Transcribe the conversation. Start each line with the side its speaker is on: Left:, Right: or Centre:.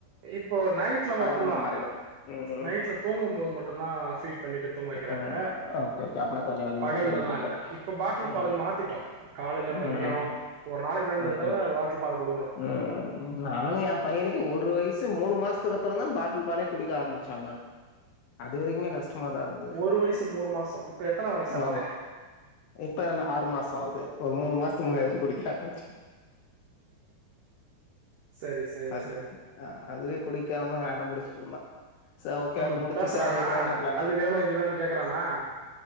Right: இப்போ நைட்ல மட்டுந்தா
Left: பழக்கமா மாறிடும். ம் ம்
Right: நைட்ல தூங்கும்போது மட்டுந்தா ஃபீட் பண்ணிட்டு தூங்க வக்கிறாங்க
Left: ம். Okay okay. அப்பனா கொஞ்ச கொஞ்சமா
Right: பகல்லெல்லா
Left: அப்டியே நின்னுடும்.
Right: இல்ல இப்ப பாட்டில்
Left: ம்
Right: பாலுக்கு மாத்திட்டோ காலைல மதியொ
Left: ம்.
Right: ஒரு நாளைக்கு ரெண்டு
Left: ஓகே.
Right: தடவ பாட்டில் பால் குடுக்குறோ
Left: ம் நானு எ பையனு க்கு ஒரு வயசு மூணு மாசத்துக்கு அப்பறந்தா பாட்டில் பாலே குடிக்க ஆரமிச்சாங்க அது வரைக்குமே கஷ் டமாதா இருந்தது
Right: ஒரு வயசு மூணு மாசோ இப்ப எத்தன வயசு ஆவுது
Left: மாமா இப்ப ந ஆறு மாசொ ஆவ்து இப்ப ஒரு மூணு மாச சும்மா ஆச்சும் குடிக்கிறா <unintelligible>
Right: சரி சரி
Left: அது
Right: சரி
Left: அ அதுவே குடிக்காம அடம்புடுச்சுட்ருந்தா சொ ஓகே
Right: ம்
Left: அது முடுச்சுட்டு
Right: பேசுறானா
Left: அதுக்கப்றொ என்ன ப்ளானு
Right: அது வேணு இது வேணு கேக்குறானா